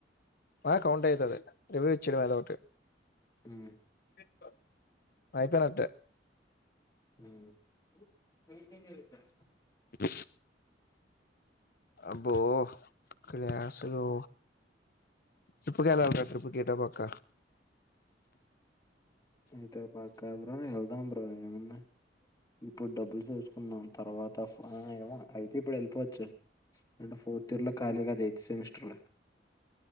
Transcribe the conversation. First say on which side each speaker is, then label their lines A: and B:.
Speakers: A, on the left; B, on the left.
A: ఆ కౌంట్ అయితాది రివ్యూ ఇచ్చేడం ఏదో ఒకటి
B: ఉమ్,
A: అ అయిపోయినట్టే
B: ఉమ్ <unintelligible>
A: బ అం పో క్లాస్ లో ట్రిప్పు కెళ్ళాలి రా ట్రిప్ కి ఎటో పక్క
B: ఇంతో పక్క బ్రో వెళ్దాం బ్రో ఏముంది ఇప్పుడు డబ్బులు చేసుకున్నాం తర్వాత ఫ్రా నే కదా అయితే ఇప్పుడు వెళ్ళిపోవచ్చు ఈడ ఫోర్త్ ఇయర్ లో ఖాళీ గదా ఎయిత్ సెమిస్టర్లో